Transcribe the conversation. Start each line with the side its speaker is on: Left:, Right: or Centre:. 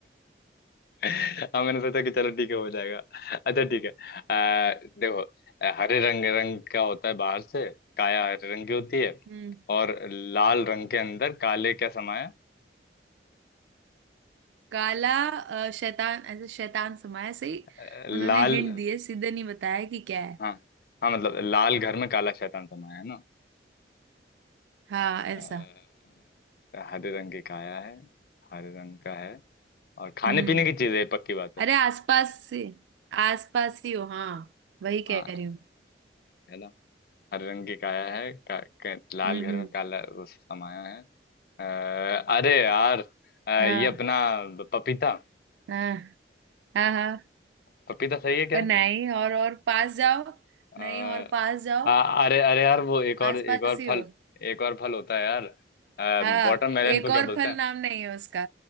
Left: हाँ मैंने सोचा कि चलो ठीक है हो जाएगा अच्छा ठीक है आ, देखो अ, हरे रंग रंग का होता है बाहर से काया हरे रंग की होती है
Right: हम्म
Left: और लाल रंग के अंदर काले क्या समाया है?
Right: काला अ, शैतान ऐसे शैतान समाया सही
Left: अ,
Right: उन्होंने
Left: लाल
Right: हिंट दिए सीधे नहीं बताया कि क्या है
Left: हाँ हाँ मतलब लाल घर में काला शैतान समाया है ना
Right: हाँ
Left: अ,
Right: ऐसा
Left: हरे रंग की काया है हरे रंग का है और खाने
Right: हम्म
Left: पीने की चीज है ये पक्की बात है
Right: अरे आसपास से आसपास ही हो हाँ वही
Left: हाँ
Right: कह रही हूँ
Left: है ना हरे रंग की काया है का, का, लाल
Right: हम्म
Left: घर
Right: हम्म
Left: में काला वो समाया है अ, अरे यार अ, ये
Right: हाँ
Left: अपना पपीता
Right: हाँ हाँ हाँ
Left: पपीता सही है
Right: अ,
Left: क्या
Right: नहीं और और पास जाओ
Left: अ,
Right: नहीं और पास जाओ
Left: आ, अरे अरे यार वो एक और
Right: आसपास
Left: एक और
Right: ही
Left: फल
Right: हो
Left: एक और फल होता है यार
Right: हाँ
Left: वाटरमेलन
Right: एक
Left: को
Right: और
Left: क्या बोलते
Right: फल
Left: हैं
Right: नाम नहीं है उसका